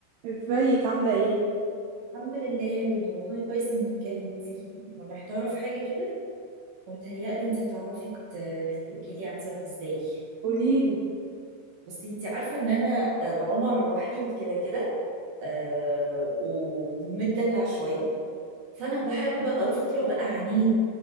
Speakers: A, on the right; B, on the right.
A: ازيك عاملة ايه؟
B: الحمد لله يا روني والله كويس انك كلمتيني انا محتاره في حاجه كده ومتهيألي انت هتعرفي ت- تقولي لي هتصرف ازاي
A: قوليلي
B: بس انت عارفه ان انا آه، عمر وحيد كده كده آه، ومتدلع شويه فانا بحاول بقى بقى له فتره بقى عنيد